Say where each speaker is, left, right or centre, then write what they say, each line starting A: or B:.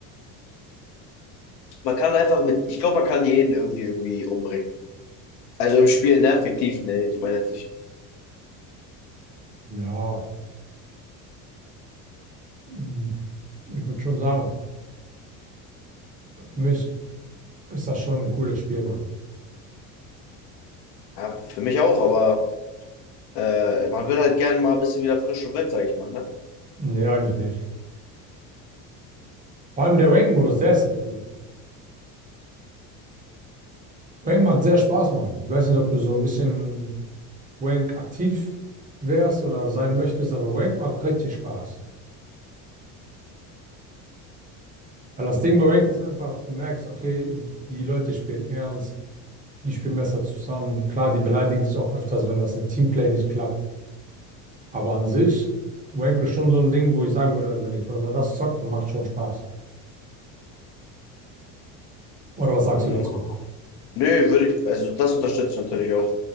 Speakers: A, on the left; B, on the right.
A: Man kann einfach mit, ich glaube, man kann jeden irgendwie irgendwie umbringen. Also im Spiel, ne? Fiktiv, nee, ich meine jetzt nicht.
B: Ja, mm, ich würde schon sagen, für mich ist das schon ein cooles Spiel, Mann.
A: Ja, für mich auch, aber äh, man will halt gerne mal ein bisschen wieder frisch und wild, sag ich mal, ne?
B: Nee, eigentlich nicht. Vor allem der Rank-Modus, der ist der coole. Rank macht sehr Spaß, Mann. Ich weiß nicht, ob du so ein bisschen in Rank aktiv wärst oder sein möchtest, aber Rank macht richtig Spaß. Weil das Ding bei Rank ist einfach, du merkst, okay, die Leute spielen ernst. die spielen besser zusammen. Klar, die beleidigen sich auch öfters, wenn das im Teamplay nicht klappt. Aber an sich, Wank ist schon so ein Ding, wo ich sagen würde, wenn ich, wenn man das zockt, dann macht schon Spaß. Oder was sagst
A: Mhm.
B: du dazu?
A: Nee, würde ich, also das unterstütze ich natürlich auch.